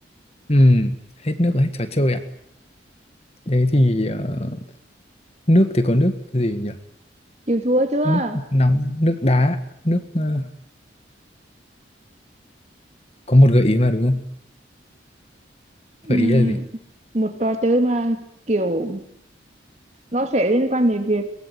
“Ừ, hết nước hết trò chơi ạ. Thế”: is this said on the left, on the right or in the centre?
Left